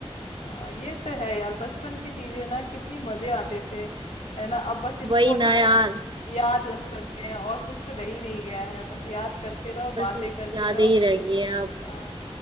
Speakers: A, on the left (about 85°); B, on the right (about 45°).
A: हाँ, ये तो है यार बचपन की चीजें ना कितनी मजे आते थे है ना अब बस इसको
B: वही
A: ना
B: ना यार
A: याद बस करते हैं और कुछ तो रह ही नहीं गया है बस याद करते रहो
B: बस
A: बातें करते
B: यादें
A: रहो
B: ही रह गई हैं अब
A: हाँ।